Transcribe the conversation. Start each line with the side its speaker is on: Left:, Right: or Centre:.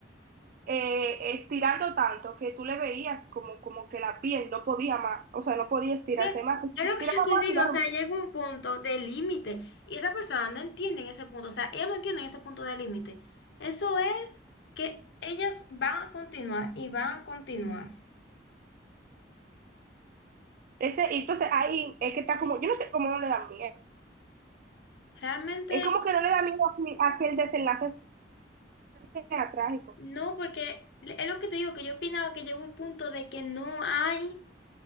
Right: eh, estirando tanto que tú le veías como, como que la piel no podía más, o sea, no podía estirarse
Left: que-
Right: más, que si
Left: Es
Right: se estiraba
Left: lo que yo te
Right: más
Left: digo,
Right: se iba a
Left: o
Right: romper.
Left: sea, llega un punto de límite y esa persona no entiende ese punto, o sea, ellas no entienden ese punto de límite. Eso es que ellas van a continuar y van a continuar.
Right: Ese, y entonces ahí es que está como, yo no sé cómo no le da miedo.
Left: Realmente
Right: Es como que no le da miedo a que, a que el desenlace sea trágico.
Left: no, porque le- es lo que te digo, que yo opinaba que llegó un punto de que no hay,